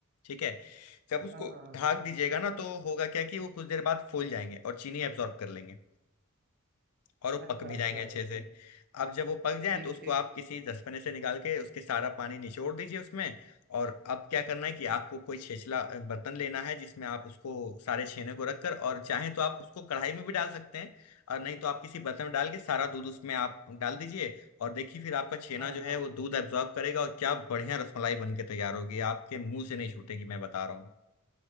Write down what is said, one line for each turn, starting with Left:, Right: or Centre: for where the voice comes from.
Left: ठीक है जब उसको
Right: हाँ, हाँ, हाँ।
Left: ढाक दीजिएगा ना तो होगा क्या कि वो कुछ देर बाद फूल जाएंगे और चीनी एब्जॉर्ब कर लेंगे और वो
Right: अच्छा,
Left: पक भी
Right: अच्छा,
Left: जाएंगे अच्छे
Right: अच्छा।
Left: से अब जब वो पक जाए
Right: ठीक,
Left: तो उसको
Right: ठीक।
Left: आप किसी दसपने से निकाल के उसके सारा पानी निचोड़ दीजिए उसमें और अब क्या करना है कि आपको कोई छेछला अ, बर्तन लेना है जिसमें आप उसको सारे छेने को रखकर और चाहें तो आप उसको कढ़ाई में भी डाल सकते हैं और नहीं तो आप किसी बर्तन में डाल के सारा दूध उसमें आप डाल दीजिए और देखिए फिर आपका छेना
Right: हाँ,
Left: जो
Right: हाँ।
Left: है वो दूध एब्जॉर्ब करेगा और क्या बढ़िया रसमलाई बन के तैयार होगी आपके मुंह से नहीं छूटेगी मैं बता रहा हूँ